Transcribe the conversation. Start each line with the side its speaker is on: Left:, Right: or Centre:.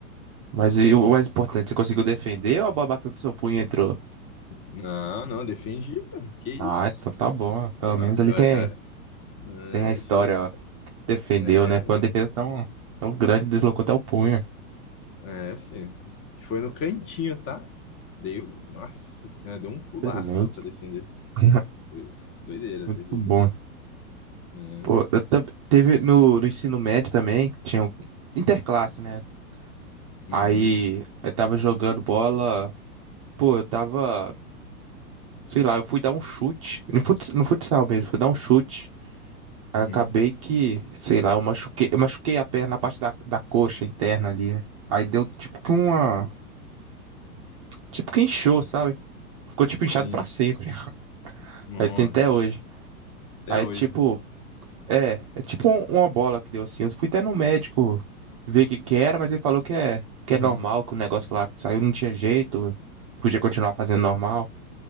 Right: Mas e o mais importante, você conseguiu defender ou a bola batendo no seu punho e entrou?
Left: Não, não, defendi, pô. Que isso?
Right: Ah, então tá bom. Pelo
Left: Ah,
Right: menos
Left: eu,
Right: ali tem,
Left: eu,
Right: tem a história,
Left: é, filho.
Right: ó. Defendeu,
Left: É,
Right: né?
Left: mano.
Right: Foi uma defesa tão, tão grande, deslocou até o punho.
Left: É, filho. Foi no cantinho, tá? Dei, nossa senhora, deu um pulaço
Right: Excelente.
Left: pra defender.
Right: <laughs>
Left: Foi doideira,
Right: Muito
Left: doideira.
Right: bom.
Left: É,
Right: Pô, eu tam- teve no, no ensino médio também, tinha um interclasse, né?
Left: uhum,
Right: Aí eu tava jogando bola, pô, eu tava, sei lá, eu fui dar um chute, no fut- no futsal mesmo, fui dar um chute. Aí
Left: uhum,
Right: eu acabei que, sei lá, eu machuquei, eu machuquei a perna, a parte da, da coxa interna ali. é. Aí deu tipo que uma. Tipo que inchou, sabe? Ficou tipo inchado
Left: sim.
Right: pra sempre. <laughs>
Left: Nossa,
Right: Aí tem até hoje.
Left: até
Right: Aí
Left: hoje.
Right: tipo. É, é tipo um- uma bola que deu assim. Eu fui até no médico ver o que que era, mas ele falou que é, que
Left: Uhum.
Right: é normal, que o negócio lá que saiu não tinha jeito, podia continuar fazendo normal.